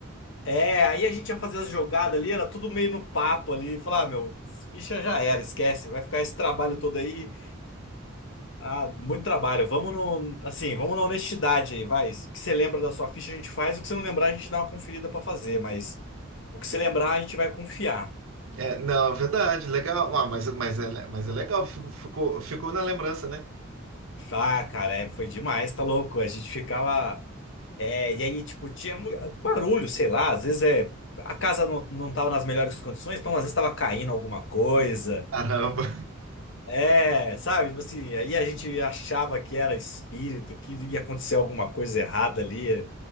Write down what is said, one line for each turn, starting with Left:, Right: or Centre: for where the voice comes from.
Left: é, aí a gente ia fazer as jogadas ali, era tudo meio no papo ali. Falar, ah, meu, ficha já era, esquece. Vai ficar esse trabalho todo aí. Ah, muito trabalho. Vamos no, assim, vamos na honestidade aí, vai. O que você lembra da sua ficha, a gente faz. O que você não lembrar, a gente dá uma conferida pra fazer, mas o que você lembrar, a gente vai confiar.
Right: É, não, é verdade, legal. Ah, mas, mas, é, mas é legal, fico- ficou, ficou na lembrança, né?
Left: Ah, cara, é, foi demais, tá louco? A gente ficava. é, e aí, tipo, tinha mu- barulho, sei lá, às vezes é. A casa não, não tava nas melhores condições, então às vezes tava caindo alguma coisa.
Right: Caramba.
Left: É, sabe? Tipo assim, aí a gente achava que era espírito, que ia acontecer alguma coisa errada ali,